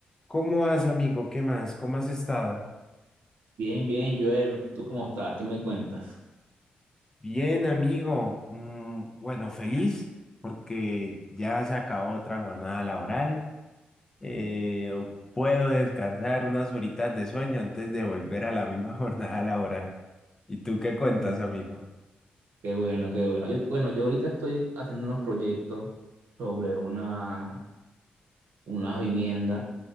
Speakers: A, on the left; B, on the right.
A: ¿Cómo vas, amigo? ¿Qué más? ¿Cómo has estado?
B: Bien, bien, Joel, ¿tú cómo estás? ¿Qué me cuentas?
A: Bien, amigo. Mm, bueno, feliz porque ya se acabó otra jornada laboral. Eh, puedo descansar unas horitas de sueño antes de volver a la misma <laughs> jornada laboral. ¿Y tú qué cuentas,
B: Mm,
A: amigo?
B: Qué bueno, qué bueno. Yo, bueno, yo ahorita estoy haciendo unos proyectos sobre una, unas viviendas,